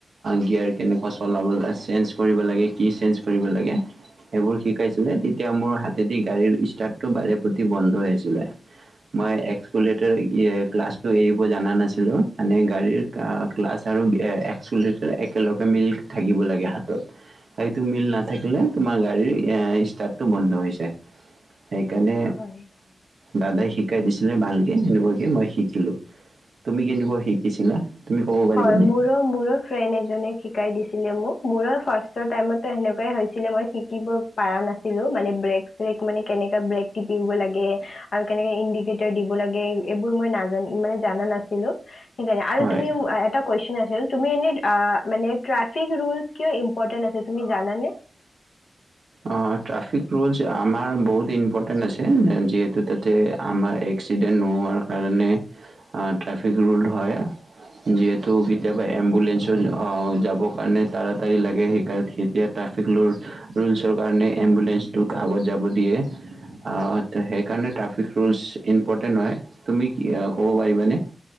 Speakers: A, on the right (about 55°); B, on the left (about 60°).
A: গিয়াৰ কেনেকুৱা চলাব ল - চেঞ্জ কৰিব লাগে, কি চেঞ্জ কৰিব লাগে সেইবোৰ শিকাইছিলে তেতিয়া মোৰ হাতেদি গাড়ীৰ ষ্টাৰ্টটো বাৰে পতি বন্ধ আ মই এক্সট ক্লাছটো এৰিব জনা নাছিলো মানে গাড়ীৰ ক্লাছ আৰু একট একেলগে মিল থাকিব লাগে হাতত সেইটো মিল নাথাকিলে তোমাৰ গাড়ীৰ ষ্টাৰটো বন্ধ হৈ যায় সেই অ
B: হয়।
A: দাদাই শিকাই শিকাই দিছিলে ভালকে সেনেকুৱাকে মই শিকিলো। তুমি কেনেকুৱা শিকিছিলা? তুমি ক'ব পাৰিবানে?
B: হয়। মুৰো - মুৰো ফ্ৰেণ্ড এজনে শিকাই দিছিলে মোক মোৰো ফাৰ্ষ্ট টৰ টাইমতো সেনেকুৱাই হৈছিলে মই শিকিব পাৰা নাছিল ছিলো মানে ব্ৰেক চেক মানে কেনে অ ব্ৰেক টিপিব লাগে আৰু কেনেকে ইণ্ডিকেটৰ দিব লাগে, এইবোৰ মই নাজা মানে জানা নাছি ছিলো। সেইকাৰণে আৰু
A: হয়
B: তুমি কুইছন আছিল। তুমি এনেই আ মানে ট্ৰাফিক ৰুলছ্‌ কিয় ইম্পৰ্টেণ্ট আছে তুমি জানে নে?
A: অ ট্ৰাফিক ৰুলুছ্‌ আমাৰ বহুত ইম্প টেন আছে যিহেতু তাতে আমাৰ এক্সিডেণ্ট নোহোৱাৰ কাৰণে অ ট্ৰাফিক ট্ৰাফিক ৰুলদ হয়। যিহেতু কেতিয়াবা এম্বুলেঞ্চৰ অ যাব কাৰণে তাৰাতাৰি লাগে সেইকাৰণ তেতিয়া ট্ৰাফিক ৰুল ৰুলচৰ কাৰণে এম্বুলেঞ্চটোক আগত যাব দিয়ে। অ সেইকাৰণে ট্ৰাফিক ৰুলচ ইম্পৰ্টেণ্ট হয়। তুমি কি ক'ব পাৰিবানে?